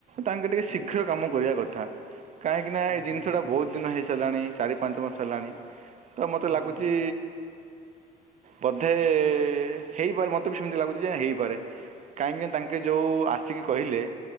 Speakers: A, on the right; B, on the left.
A: ତାଙ୍କେ ଟିକେ ଶୀଘ୍ର
B: ହୁଁ
A: କାମ କରିବା କଥା। କାହିଁକି ନା ଏଇ ଜିନିଷ
B: ହୁଁ ହୁଁ ହୁଁ।
A: ଟା ବହୁତ ଦିନ ହେଇ ସାରିଲାଣି ଚାରି ପାଞ୍ଚ ମାସ ହେଲାଣି। ଆଉ ମତେ
B: ହୁଁ
A: ଲାଗୁଛି। ବୋଧେ ହେଇପାରେ ମତେ ବି ସେମତି ଲାଗୁଛି ଯେ ହେଇପାରେ। କାହିଁକି ନା ତାଙ୍କେ ଯୋଉ ଆସିକି କହିଲେ।